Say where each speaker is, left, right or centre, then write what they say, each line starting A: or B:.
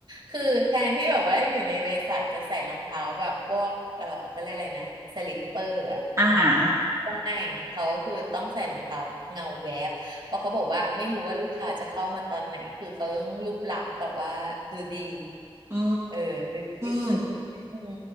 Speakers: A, on the right; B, on the right.
A: คือแทนที่แบบว่าอยู่ในบริษัทจะใส่รองเท้าแบบพวกเออเขาเรียกอะไรนะสลิปเปอร์อ่ะอืมเขาก็ไม่เขาคือต้องใส่รองเท้าเงาแวบเพราะเขาบอกว่าไม่รู้ว่าลูกค้าจะเข้ามาตอนไหนคือเขาต้องรูปลักษณ์แบบว่าดูดี
B: อาหารอื
A: เออดูดีที่สุดอะไรเงี้ยอืม
B: ม